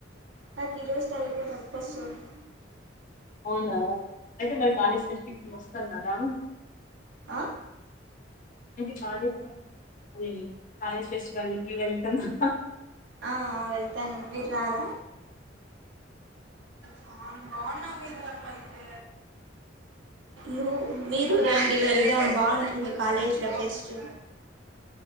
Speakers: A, on the right; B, on the left.
A: నాక్ ఈరోజ్ తలకాయ్ నొప్పొస్తుంది
B: అవునా అయితే మరి కాలేజ్ ట్రిప్ కి వస్తున్నారా
A: ఆ
B: అ కాలేజ్ అదీ కాలేజ్ ఫెస్టివల్కి వెళ్తున్నా
A: ఆ ఆ వెళ్తాన్నం మీర్ రారా చాన్ బాగున్నావ్ ఇదిలా నువైతే నువ్ మీరు రండి వెళ్దాం బాగుంటుంది కాలేజ్ల ఫెస్ట్ <unintelligible>